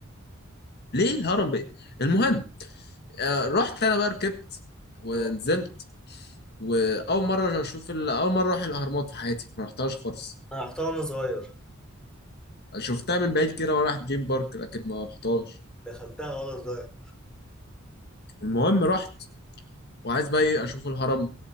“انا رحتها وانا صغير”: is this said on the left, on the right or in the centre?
Centre